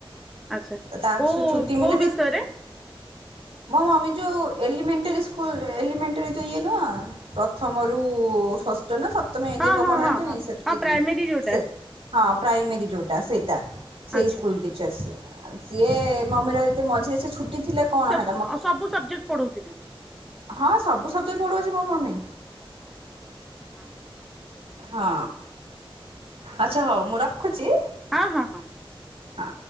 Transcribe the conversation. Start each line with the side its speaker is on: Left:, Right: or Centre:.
Centre: ଆଚ୍ଛା
Right: ତାର
Centre: କୋଉ
Right: ସେ ଛୁଟି
Centre: କୋଉ
Right: ମିିଲେ ସେ
Centre: ବିଷୟରେ
Right: - ମୋ ମମି ଯୋଉ ଏଲିମେଣ୍ଟାରୀ ସ୍କୁଲରେ ଏଲିମେଣ୍ଟାରୀ ଯୋଉ ଇଏ ନୁହଁ ପ୍ରଥମରୁ ଷଷ୍ ଷଷ୍ଠ ସପ୍ତମ ଏମତି
Centre: ହଁ
Right: କଣ
Centre: ହଁ
Right: ପଢାନ୍ତିନି
Centre: ହଁ ହଁ
Right: ସେତିକି
Centre: ହଁ ପ୍ରାଇମେରୀ ଯୋଉଟା
Right: ସେ ହଁ ପ୍ରାଇମେରୀ। ଯୋଉଟା ସେଇଟା ସେଇ
Centre: ଆଚ୍ଛା
Right: ସ୍କୁଲ
Centre: ଆଚ୍ଛା
Right: ଟିଚର ସିଏ। ସିଏ ମମିର ଯଦି ମଝିରେ ଛୁଟି ଥିଲେ କଣ ହେ
Centre: ଆଉ ସବୁ ସବଜେକ୍ଟ ପଢଉଥିବି।
Right: ହଁ ସବୁ ସବଜେକ୍ଟ ପଢ଼ଉଛି ମୋ ମମୀ।
Centre: ହଁ
Right: ହଁ ଆଚ୍ଛା ହଉ ମୁଁ ରଖୁଛି।
Centre: ହଁ- ହଁ- ହଁ।
Right: ହଁ।